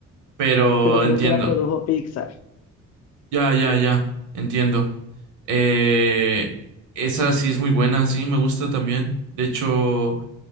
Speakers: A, on the right; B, on the left.
A: pero
B: pero creo
A: entiendo.
B: que la produjo Pixar.
A: Ya, ya, ya, entiendo. Eh, esa sí es muy buena, sí, me gusta también. De hecho,